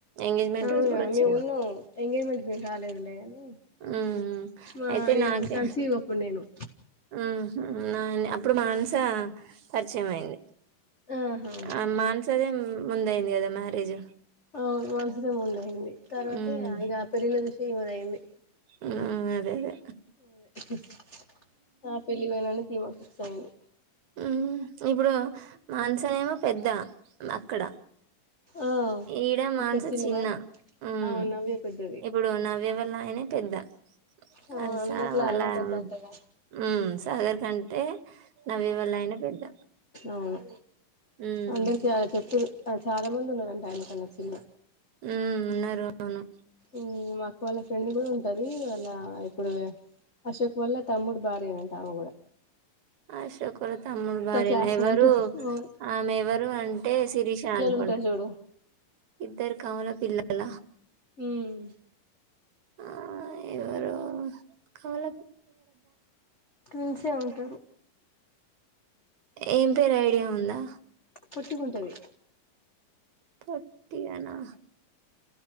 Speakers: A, on the right; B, on the left.
A: ఎంగేజ్మెంట్
B: అవునా
A: రోజు కూడా వచ్చినాం
B: మేము ఉన్నాం ఎంగేజ్మెంటికి మేమ్ రాలేదులే అని
A: మ్మ్
B: మా
A: అయితే
B: నేనప్పుడు
A: నాకే
B: కాన్సీవ్ అప్పుడు నేను
A: మ్మ్ అప్పుడు మాన్సా పరిచయం అయింది.
B: ఆహా
A: ఆ మాన్సాదే ముందుయింది కదా మ్యారేజ్
B: అవును మన్సాదే ముందు అయింది తర్వాత
A: మ్మ్
B: ఆ ఇగ పెళ్ళిలో చూశే ఈమదయింది
A: ఉమ్మ్ అదే లె
B: ఆ అదె హి హ్ ఆ పెళ్ళికి పోయినందుకె ఈమకు ఫిక్స్ అయింది.
A: ఉమ్ ఇప్పుడు మాన్సాఏమో పెద్ద అక్కడ
B: ఆ
A: ఈడ మాన్సా
B: ఇక్కడ చిన్నదా
A: చిన్న ఉమ్
B: ఆమె నవ్య పెద్దది
A: ఇప్పుడు నవ్య నవ్య వాళ్ళ ఆయనే పెద్ద <unintelligible>
B: ఆ అందరిలో ఆయనే పెద్దంటగా
A: ఉమ్ సాగర్ కంటే నవ్య వాళ్ళ నాయిన ఎ పెద్ద
B: అవును
A: హ్మ్
B: అందరికే అ చేప్పేరు చాలా మంది ఉన్నారంట ఆయనకన్న చిన్న
A: ఉమ్మ్ ఉన్నారు అవును
B: ఉమ్మ్ మాక్క వాళ్ళ ఫ్రెండ్ గూడ ఉంటది వాళ్ళ ఇప్పుడు ఆ అశోక్ వల్ల తమ్ముడు భార్యేనంట ఆమ గూడ
A: అశోకోల తమ్ముడు భార్యిన
B: క్లాస్మేట్
A: ఎవరు
B: అవును
A: ఆమెవరు అంటే షిరిష అనుకో
B: ఉంటది జూడు
A: ఇద్దరు కవల పిల్లల
B: మ్మ్
A: ఆ ఎవరు కవల
B: ట్విన్సె ఉంటరు
A: ఏం పేరు ఐడియా ఉందా
B: పోట్టిగుంటది
A: పొట్టిగనా